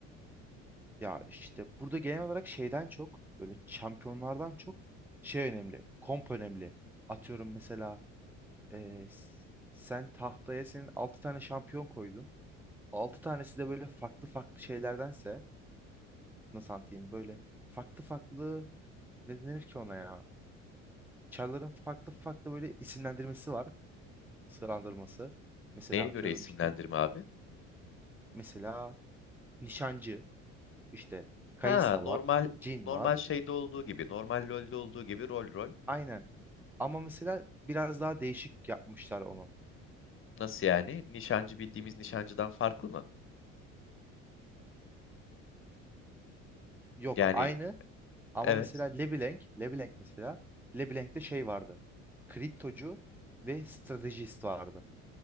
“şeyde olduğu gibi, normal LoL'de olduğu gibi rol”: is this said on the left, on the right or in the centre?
Left